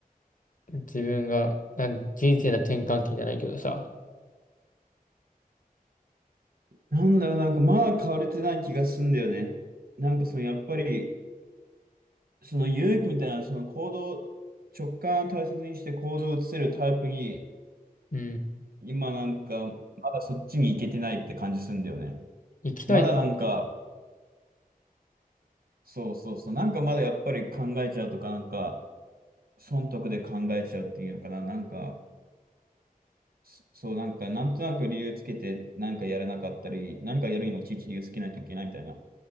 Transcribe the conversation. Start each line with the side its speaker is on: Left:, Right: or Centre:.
Left: 自分が、なん人生の転換期じゃないけどさ、
Right: なんだろう、なんかまだ変われてない気がすんだよね。なんかそのやっぱり、その勇気みたいな、その行動、直感を大切にして行動を移せるタイプに、
Left: うん、
Right: 今なんか、まだそっちに行けてないって感じするんだよね。
Left: 行きたいと、
Right: まだなんか、そうそうそう、なんかまだやっぱり考えちゃうとか、なんか、損得で考えちゃうっていうのかな、なんか、そそう、なんか、なんとなく理由つけて、なんかやれなかったり、なんかやるにもちいち理由つけないといけないみたいな。